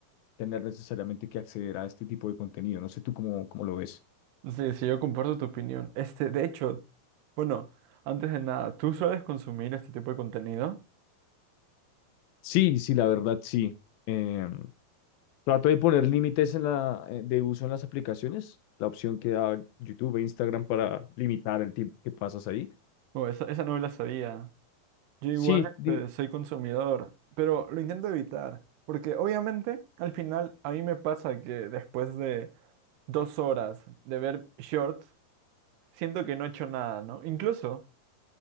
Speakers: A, on the left (about 75°); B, on the right (about 80°).
A: tener necesariamente que acceder a este tipo de contenido. No sé tú cómo, cómo lo ves.
B: Sí, sí, yo comparto tu opinión. Este, de hecho, bueno, antes de nada, ¿tú sueles consumir este tipo de contenido?
A: Sí, sí, la verdad, sí. Eh, trato de poner límites en la, eh, de uso en las aplicaciones, la opción que da YouTube e Instagram para limitar el tiempo que pasas ahí.
B: O esa, esa no me la sabía. Yo igual,
A: Sí, di-
B: este, soy consumidor, pero lo intento evitar, porque obviamente al final a mí me pasa que después de dos horas de ver shorts, Siento que no he hecho nada, ¿no? Incluso,